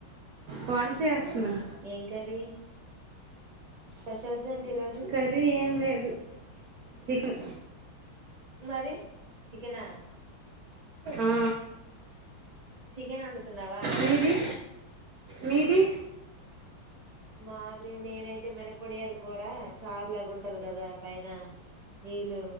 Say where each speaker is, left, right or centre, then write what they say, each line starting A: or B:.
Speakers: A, on the right; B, on the right.
A: వంట చేస్తున్న
B: ఏం కర్రీ స్పెషల్స్ ఏంటి ఈరోజు
A: కర్రీ ఏం లేదు చికెన్
B: మరి చికెనా
A: ఆ
B: చికెన్ వండుతున్నావా
A: మీది మీది
B: మాది నేనైతే మినపొడియాల కూర చార్లాగా ఉంటది కదా పైన నీళ్ళ